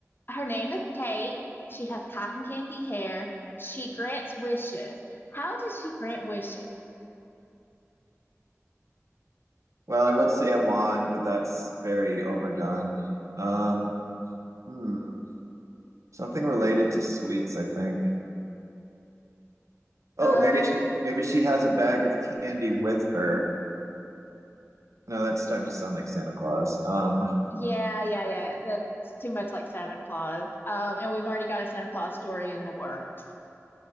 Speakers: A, on the left (about 40°); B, on the right (about 70°).
A: her name is Kate. She has cotton candy hair. She grants wishes. How does she grant wishes?
B: Well, I would say a wand, but that's very overdone. Um, hmm, something related to sweets, I think. Oh,
A: Uh,
B: maybe she maybe she has a bag of candy with her. No, that's starting to sound like Santa Claus. Um,
A: yeah, yeah, yeah. That's too much like Santa Claus. Um, and we've already got a Santa Claus story in the works.